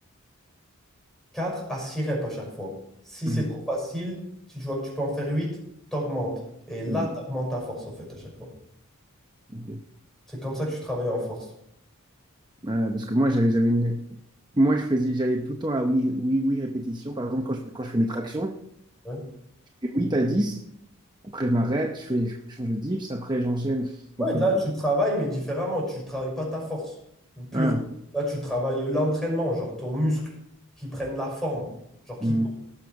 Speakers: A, in the centre; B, on the right (about 20°).
A: 4 à 6 reps à chaque fois. Si
B: Mhm.
A: c'est trop facile, si tu vois que tu peux en faire huit t'augmentes. Et là,
B: Mhm.
A: tu augmentes ta force, en fait, à chaque fois.
B: Ok.
A: C'est comme ça que tu travailles en force.
B: Ouais, parce que moi, j'avais, j'avais une... moi je faisais, j'allais tout le temps à oui, oui, oui, répétition. Par exemple, quand je, quand je fais mes tractions,
A: Ouais.
B: je fais 8 à dix Après, je m'arrête, je fais, je change de dips. Après, j'enchaîne, je
A: Ouais,
B: refais
A: là,
B: les tractions.
A: tu travailles, mais différemment. Tu travailles pas ta force pure.
B: Ah,
A: Là, tu travailles l'entraînement, genre ton muscle, qui prenne la forme, genre qui
B: hmm.
A: gonfle.